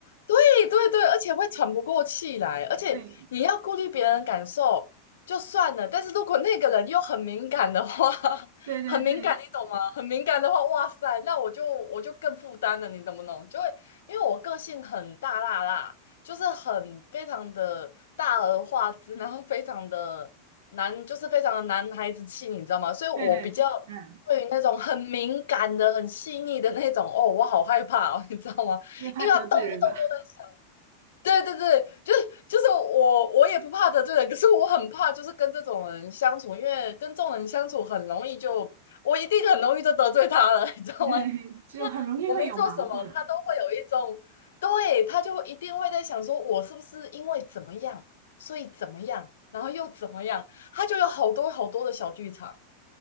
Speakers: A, on the left; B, on the right.
A: 对对对，而且会喘不过气来，而且你要顾虑别人感受就算了，
B: 对，
A: 但是如果那个人又很敏感的话，<laughs>
B: 对对对
A: 很敏感，你懂吗？很敏感的话，哇塞，那我就我就更负担了，你懂不懂？就会因为我个性很大辣辣，就是很非常的大而化之，然后非常的男，就是非常的男孩子气，你知道吗？所以我比较。
B: 对对，嗯，
A: 对于那种很敏感的、很细腻的那种，哦，我好害怕哦，你知道吗？
B: 因为怕得罪人吧，
A: 因为他动不动都在，对对对，就是就是我我也不怕得罪人，可是我很怕就是跟这种人相处，因为跟这种人相处很容易就我一定很容易就得罪他了，<laughs> 你知道吗？
B: <laughs> 对，就很容易会有矛盾啊，
A: 我没做什么，他都会有一种，对，他就一定会在想说我是不是因为怎么样，所以怎么样，然后又怎么样，他就有好多好多的小剧场。